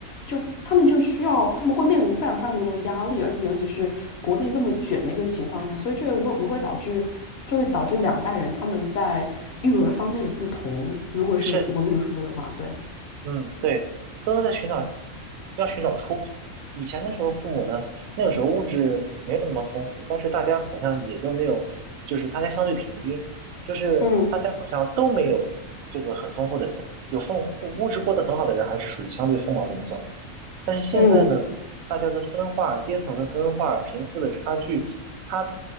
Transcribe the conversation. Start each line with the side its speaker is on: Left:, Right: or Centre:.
Left: 就他们就需要，他们会面临非常非常多的压力，而且尤其是国内这么卷的一个情况下，所以这我我会导致，就会导致两代人他们在育儿方面的不同。如果是我这么说的话，
Right: 是
Left: 对，
Right: 嗯，对，都在寻找，要寻找出口。以前的时候，父母呢，那个时候物质没有那么丰富，但是大家好像也都没有，就是大家相对平均，就是大家好像都没有这个很丰富的人，
Left: 嗯
Right: 有丰物质过得很好的人，还是属于相对凤毛麟角的。但是现在呢，
Left: 嗯，
Right: 大家的分化、阶层的分化、贫富的差距，它